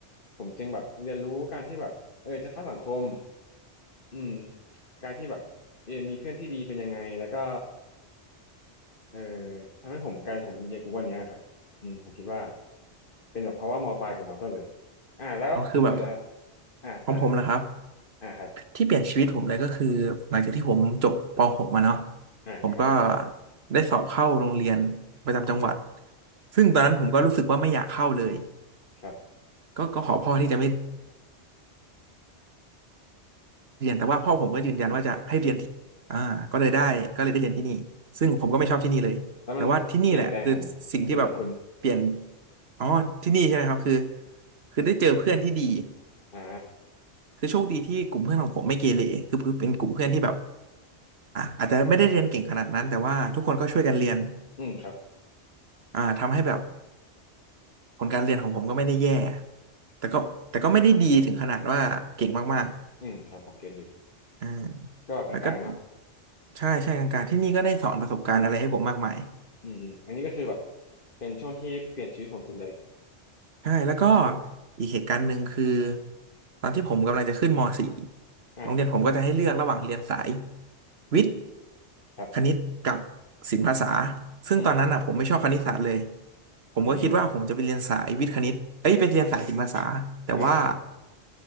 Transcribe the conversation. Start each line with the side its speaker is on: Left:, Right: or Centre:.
Left: ผมจึงแบบเรียนรู้การที่แบบเออจะเข้าสังคมอืมการที่แบบเออมีเพื่อนที่ดีเป็นยังไงแล้วก็ เออทำให้ผมกลายเป็นผมอย่างทุกวันเนี้ยครับอืมผมคิดว่าเป็นแบบเพราะว่ามปลายกับมต้นเลยอ่าแล้วของคุณล่ะครับ
Right: อ๋อคือแบบ
Left: อ่าอะไรนะครับ
Right: ของผมนะครับ
Left: อ่าครับ
Right: ที่เปลี่ยนชีวิตผมเลยก็คือหลังจากที่ผมจบป .6 มาเนาะ
Left: อ่าครับ
Right: ผมก็ได้สอบเข้าโรงเรียนประจำจังหวัดซึ่งตอนนั้นผมก็รู้สึกว่าไม่อยากเข้าเลย
Left: ครับ
Right: ก็ก็ขอพ่อที่จะไม่ เรียนแต่ว่าพ่อผมก็ยืนยันว่าจะให้เรียนที่อ่าก็เลยได้ก็เลยได้เรียนที่นี่ซึ่งผมก็ไม่ชอบที่นี่เลยแต่ว่าที่นี่แหละคือสิ่งที่แบบเปลี่ยน
Left: แล้วมันเปลี่ยนแปลงผมเปลี่ยนแปลงคุณ
Right: อ๋อที่นี่ใช่ไหมครับคือคือได้เจอเพื่อนที่ดี
Left: อ่า
Right: คือโชคดีที่กลุ่มเพื่อนของผมไม่เกเรคือเป็นกลุ่มเพื่อนที่แบบอ่ะอาจจะไม่ได้เรียนเก่งขนาดนั้นแต่ว่าทุกคนก็ช่วยกันเรียน
Left: อืมครับ
Right: อ่าทำให้แบบผลการเรียนของผมก็ไม่ได้แย่แต่ก็แต่ก็ไม่ได้ดีถึงขนาดว่าเก่งมาก
Left: ครับอืมครับผมเก็ตอยู่
Right: ๆอ่า
Left: ก็แบบกลางๆเนาะ
Right: แล้วก็ใช่ใช่กลางๆที่นี่ก็ได้สอนประสบการณ์อะไรให้ผมมากมาย
Left: อืมอมอันนี้ก็คือแบบเป็นช่วงที่เปลี่ยนชีวิตของคุณเลย
Right: ใช่แล้วก็อีกเหตุการณ์หนึ่งคือตอนที่ผมกำลังจะขึ้นม .4
Left: อ่าครับ
Right: โรงเรียนผมก็จะให้เลือกระหว่างเรียนสายวิทย์
Left: ครับ
Right: คณิตกับศิลปภาษาซึ่งตอนนั้นอ่ะผมไม่ชอบคณิตศาสตร์เลย
Left: อืม
Right: ผมก็คิดว่าผมจะไปเรียนสายวิทย์คณิตเอ้ยไปเรียนสายศิลปภาษาแต่ว่า
Left: อืมอ่าครับ